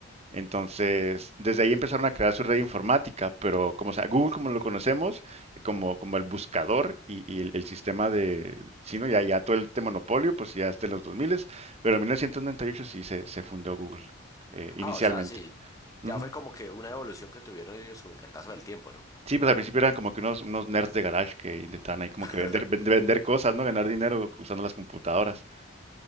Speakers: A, on the right; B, on the left.
A: Entonces, desde ahí empezaron a crear su red informática, pero como sea, Google como lo conocemos, eh, como, como el buscador y, y el, el sistema de, sí, ¿no? Ya, ya todo este monopolio, pues ya está en los 2000, pero en 1998 sí se, se fundó Google, eh, inicialmente.
B: Ah, o sea, sí,
A: Ujú.
B: ya fue como que una evolución que tuvieron ellos como que al paso del tiempo, ¿no?
A: Sí, pues al principio eran como que unos, unos nerds de garage que intentaban ahí como
B: <laughs>
A: que vender, vend- vender cosas, ¿no? Ganar dinero usando las computadoras.